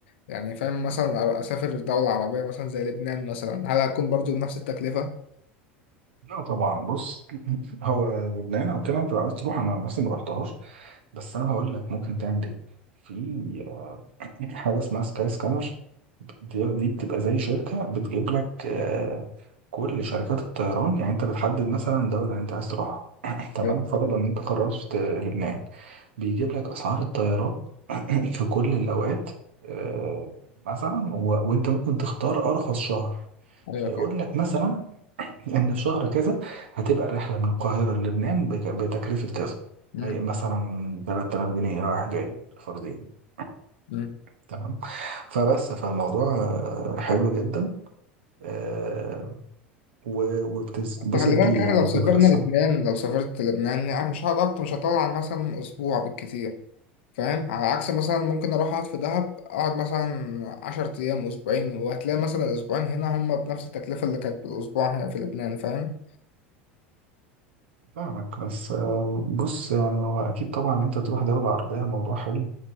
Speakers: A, on the left; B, on the right.
A: يعني فاهم مثلا اسافر دوله عربيه مثلا زي لبنان مثلا هل هتكون برضو نفس التكلفه؟
B: لا طبعا بص <laughs> هو لبنان او كده انت لو عايز تروح انا نفسي ما رحتهاش بس انا هقول لك ممكن تعمل ايه في آه، حاجه اسمها سكاي سكانر دي دي بتبقى زي شركه بتجيب لك آه، كل شركات الطيران يعني انت بتحدد مثلا دوله اللي انت عايز تروحها <clears throat> تمام
A: ايوه
B: فرضا ان انت قررت آه، لبنان بيجيب لك اسعار الطيارات <clears throat> في كل الاوقات آه، مثلا و... وانت ممكن تختار ارخص شهر
A: ايوه
B: فيقول
A: فاهم
B: لك مثلا ان في شهر كذا هتبقى الرحله من القاهره للبنان بك- بتكلفه كذا
A: مم.
B: أي مثلا 3000 جنيه رايح جاي فردين
A: مم.
B: تمام فبس فالموضوع آه، حلو جدا آه، و- وبتتبسط
A: خلي
B: بيه
A: بالك يعني
B: يعني
A: لو سافرنا
B: بيبقى صح
A: لبنان لو سافرت لبنان يعني مش هقعد أكتر مش هطول عن مثلا أسبوع بالكتير فاهم على عكس مثلا ممكن أروح أقعد في دهب أقعد مثلا عشر أيام أسبوعين وهتلاقي مثلا الأسبوعين هنا هما بنفس التكلفة اللي كانت بالأسبوع هنا في لبنان فاهم؟
B: فاهمك بس آه، بص يعني هو اكيد طبعا إن انت تروح دوله عربيه الموضوع حلو